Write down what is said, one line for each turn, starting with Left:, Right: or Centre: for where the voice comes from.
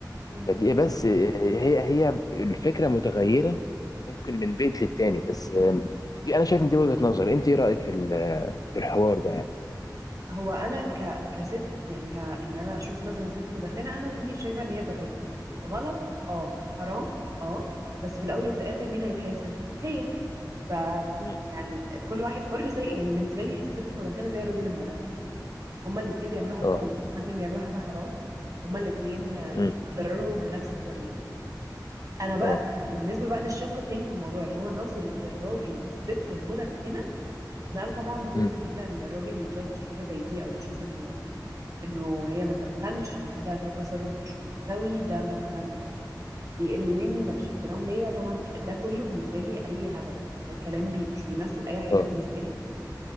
Right: مم.
Left: فدي بس هي هي الفكرة متغيرة ممكن من بيت للتاني بس دي انا شايف ان دي وجهة نظر انت ايه رأيك في ال- في الحوار ده يعني
Right: هو انا ك... كست يعني كان انا اشوف مثلا ست مدخنه انا دي شايفه ان هي براحتها غلط اه حرام اه بس في الاول وفي الاخر مين هيتحاسب هي ف
Left: مم.
Right: يعني كل واحد حر زي يعني بالنسبه لي الست المدخنه زي الراجل المدخن هما الاتنين بيعملوا حاجه
Left: اه
Right: غلط هما الاتنين بيعملوا حاجه حرام هما الاتنين آه،
Left: مم.
Right: اتضرروا بنفس الطريقه انا بقى
Left: اه
Right: بالنسبه بقى للشق التاني في الموضوع اللي هو نظره الراجل للست المدخنه لا انا طبعا ضد
Left: مم.
Right: جدا ان الراجل يجادج حاجه زي دي او يشوف انه انه هي ما تدخنش انه حاجه ده تصرف مش انثوي ده مثلا بيقل مني ده مش احترام ليا طبعا ده كله بالنسبه لي اي هبل ده كلام بي مش بيمثل اي حاجه
Left: اه
Right: بالنسبه لي